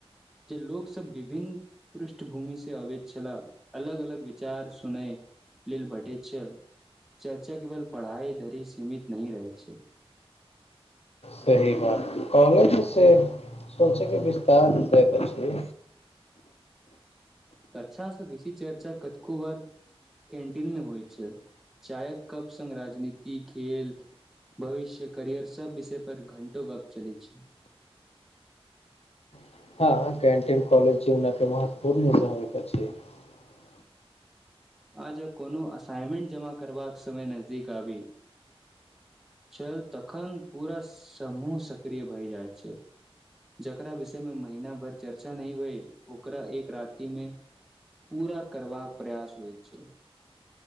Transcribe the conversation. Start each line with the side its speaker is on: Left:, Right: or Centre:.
Centre: जे लोक सब विभिन्न पृष्ठभूमि से अबैत छलाह अलग अलग विचार सुनय लेल भेटैत छल चर्चा केवल पढ़ाई धरि सीमित नहि रहैत छै
Left: सही बात कॉलेजसँ सोचैकेँ विस्तार रुप अछी
Centre: तऽ कक्षा बेसी चर्चा कतको बार कैन्टीन मे होइ छैक चायक कप संग् राजनीति खेल भविष्य करियर सब विषय पर घंटो गप चलैय छैक
Left: <unintelligible>
Centre: आ ज कोनो असाइनमेंट जमा करबाक समय नजदीक आबी छल तखन पूरा समूह सक्रिय भए जाइत छै जकरा विषयमे महीना भरि चर्चा नहि भेल ओकरा एक राति मे पूरा करबाक प्रयास होइत छै